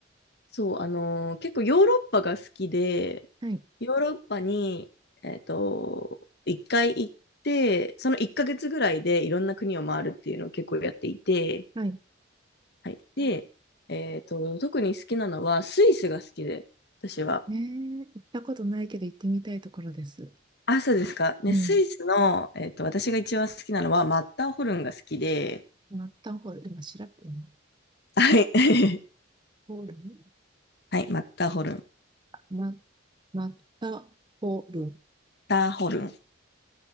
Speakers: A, on the left (about 55°); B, on the right (about 25°).
A: そう、あの、結構ヨーロッパが好きで、
B: はい、
A: ヨーロッパに、えっと、1回行って、その1ヶ月ぐらいでいろんな国を回るっていうのを結構やっていて、
B: はい。
A: はい。で、えっと、特に好きなのはスイスが好きで、私は。
B: ねえ、行ったことないけど行ってみたいところです。
A: あ、そうですか。ね、
B: うん。
A: スイスの、えっと、私が一番好きなのは、マッターホルンが好きで、
B: マッターホルン、今調べてみます。
A: はい。<laughs>
B: ホルン
A: はい、マッターホルン。マッ
B: マ、マッターホルン。
A: ターホルン。